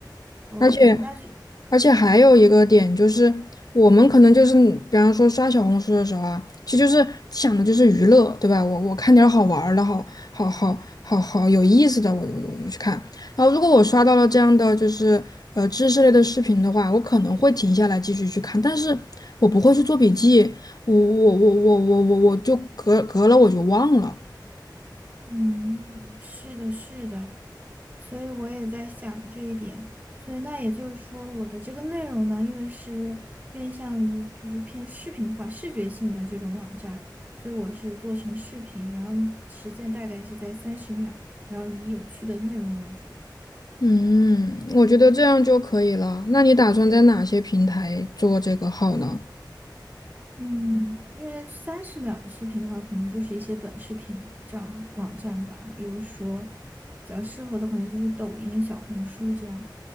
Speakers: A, on the right; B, on the left.
A: OK，
B: 而且。
A: 那就
B: 而且还有一个点就是，我们可能就是，比方说刷小红书的时候啊，其实就是想的就是娱乐，对吧？我我看点儿好玩儿的，好好好好好有意思的，我我我就去看。然后如果我刷到了这样的就是呃知识类的视频的话，我可能会停下来继续去看，但是我不会去做笔记，我我我我我我我就隔隔了我就忘了。
A: 嗯，是的，是的。所以我也在想这一点。所以那也就是说，我的这个内容呢，因为是面向于就是偏视频化、视觉性的这种网站，所以我是做成视频，然后时间大概是在三十秒，然后以有趣的内容为主。
B: 嗯，我觉得这样就可以了。那你打算在哪些平台做这个号呢？
A: 嗯，因为三十秒的视频的话，可能就是一些短视频账网站吧，比如说比较适合的可能就是抖音、小红书这样，